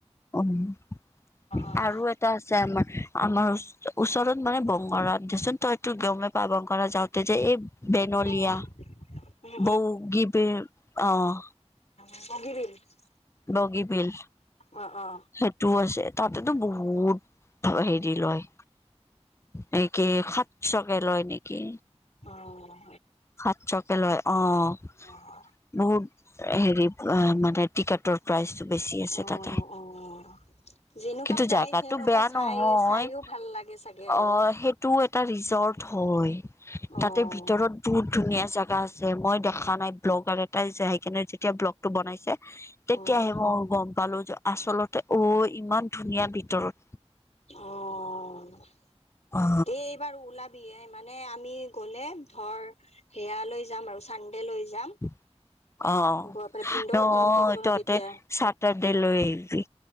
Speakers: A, on the left; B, on the left.
A: অহ
B: অ'।
A: আৰু আছে আমাৰ আমাৰ ওচৰত মানে বংগৰা দেচোন তইতো গমে পা বংগৰা যাওঁ যে এই বেনলিয়া
B: উম, উম,
A: বহ গিভ অ'
B: উ বগিৰি <unintelligible>
A: বগীবিল।
B: অ' অ'
A: সেইটোও আছে তাতেতো বহুত হেৰি লয়। নেকি সাতশকে লয় নেকি
B: অ',
A: সাতশকে লয় অ'।
B: অ'।
A: বহুত হেৰি মানে টিকেটৰ প্ৰাইচটো বেছি আছে
B: অ',
A: তাতে।
B: অ', যেনেকুৱা
A: কিন্তু
B: প্ৰাইজ
A: জাগাতো
B: সেনেকুৱা
A: বেয়া
B: চাই
A: নহয়
B: চাইও ভাল লাগে চাগে আৰু।
A: অ' সেই টো এটা ৰিজৰ্ট হয়
B: অ',
A: তাতে ভিতৰত বহুত ধুনীয়া জেগা আছে মই দেখা নাই ব্লগাৰ এটাই জাইকিনে যেতিয়া ব্লগটো বনাইছে তেতিয়াহে
B: অ',
A: মই গম পালো যে আচলতে অ' ইমান ধুনীয়া ভিতৰত
B: অ'
A: অ
B: দেই বাৰু ওলাবি এ মানে আমি গ'লে ধৰ সেয়া লৈ যাম আৰু চান্ডে লৈ যাম
A: <inaudible> অ'
B: গৈ পেলাই ভিনদেউ
A: ন
B: ঘৰত থাকিব ন
A: তহতে
B: তেতিয়া।
A: ছাতাৰ ডে লয় আহবি।